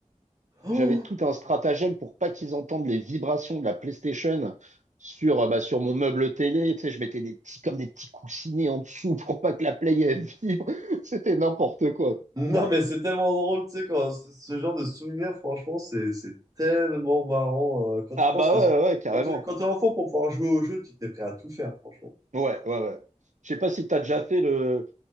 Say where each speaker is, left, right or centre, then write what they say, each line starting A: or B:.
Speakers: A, on the right; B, on the right.
A: oh
B: J'avais tout un stratagème pour pas qu'ils entendent les vibrations de la PlayStation sur, euh, bah, sur mon meuble télé. Tu sais, je mettais des petits, comme des petits coussinets en dessous pour pas que la Play elle vibre. <laughs> C'était n'importe quoi.
A: non, mais c'est tellement drôle, tu sais, quand ce ce genre de souvenir, franchement, c'est c'est tellement marrant. euh, quand
B: Ah
A: tu penses.
B: bah
A: les-
B: ouais, ouais, carrément.
A: Quand tu quand t'es enfant, pour pouvoir jouer au jeu, tu t'es prêt à tout faire, franchement.
B: Ouais, ouais, ouais. Je sais pas si t'as déjà fait le,